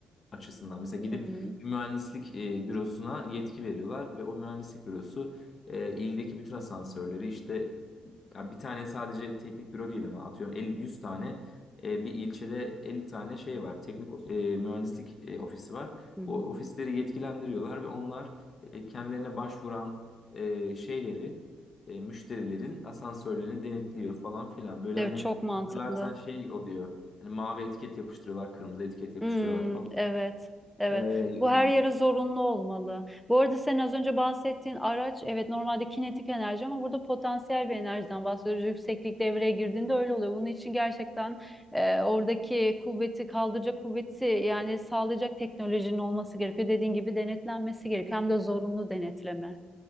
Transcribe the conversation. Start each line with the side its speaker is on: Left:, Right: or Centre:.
Left: açısından. Mesela gidip
Centre: Hı hı.
Left: bir mühendislik e, bürosuna yetki veriyorlar ve o mühendislik bürosu e, ildeki bütün asansörleri işte ya bir tane sadece teknik büro değil ama atıyorum 50, 100 tane e, bir ilçede 50 tane şey var. Teknik e, mühendislik e, ofisi var.
Centre: Hı hı.
Left: Bu ofisleri yetkilendiriyorlar ve onlar e, kendilerine başvuran e, şeyleri e, müşterilerin asansörlerini denetliyor falan filan. Böyle
Centre: Evet,
Left: hani
Centre: çok mantıklı.
Left: hatırlarsan şey oluyor. Hani mavi etiket yapıştırıyorlar, kırmızı etiket yapıştırıyorlar
Centre: Hmm,
Left: falan.
Centre: evet. Evet.
Left: E,
Centre: Bu her yere zorunlu olmalı. Bu arada sen az önce bahsettiğin araç evet normalde kinetik enerji ama burada potansiyel bir enerjiden bahsediyoruz. Yükseklik devreye girdiğinde öyle oluyor. Bunun için gerçekten e, oradaki kuvveti kaldıracak kuvveti yani sağlayacak teknolojinin olması gerekiyor. Dediğin gibi denetlenmesi gerekiyor. Hem de zorunlu denetleme.